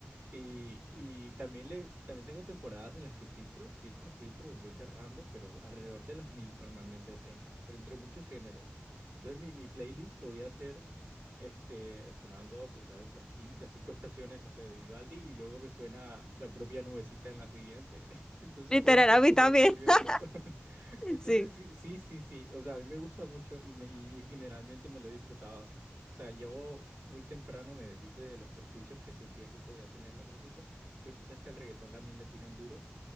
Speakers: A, on the right (about 85°); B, on the left (about 15°).
A: Y, y también, le, también tengo temporadas en las que filtro, filtro, filtro, y voy cerrando, pero alrededor de las mil normalmente tengo, pero entre muchos géneros. Entonces mi, mi playlist podía ser este, sonando pues, la- las, quin- las cinco estaciones, no sé, de Vivaldi, y luego me suena la propia nubecita en la siguiente. <laughs> Entonces
B: Literal,
A: puede ser
B: a mí
A: como
B: también.
A: curioso.
B: <laughs>
A: <laughs> Entonces,
B: Sí,
A: sí, sí, sí, sí. O sea, a mí me gusta mucho y, me, y generalmente me lo he disfrutado así. O sea, yo muy temprano me deshice de los prejuicios que sentía que podía tener la música, pero tú sabes que al reggaetón también le tiran duro